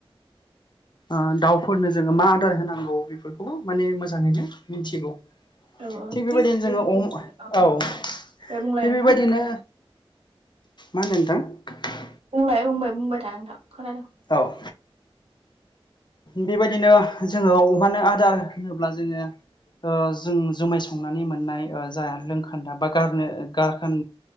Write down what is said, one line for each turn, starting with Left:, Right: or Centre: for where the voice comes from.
Right: <inaudible>
Left: ओ दाउफोरनो जोङो मा आदार होनांगौ बेफोरखौ माने मोजाङैनो मिथिगौ
Right: औ
Left: थिग बेबायदिनो
Right: बे
Left: जोङो अम औ थिग
Right: दे बुंलाय नोंथां
Left: बेबायदिनो मा होनदों नोंथां
Right: लाय बुंबाय बुंबाय था नोंथां खोनादों
Left: औ बेबायदिनो जोङो अमानो आदार होनोब्ला जोङो ओ जों जुमाय संनानै मोननाय ओ जा लों खोनदा बा गारनो गारखोन